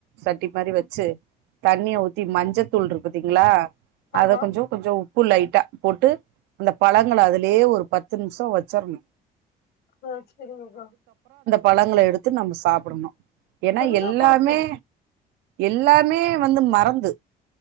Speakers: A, on the right; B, on the left.
A: சட்டி மாரி வச்சு தண்ணிய ஊத்தி மஞ்சத்தூள் இருக்கு பாத்தீங்களா
B: ஆமா
A: அத கொஞ்ச கொஞ்ச உப்பு லைட்டா போட்டு அந்த பழ உங்கள அதுலேயே ஒரு பத் பத்து நிமிஷ வச்சர்ணு
B: ஆ செரிங்கக்கா
A: பழங்கள எடுத்து நம்ம சாப்பிடணு ஏன்னா
B: அதுதா
A: எல்லாமே
B: பாத்தே
A: எல்லாமே வந்து மறந்து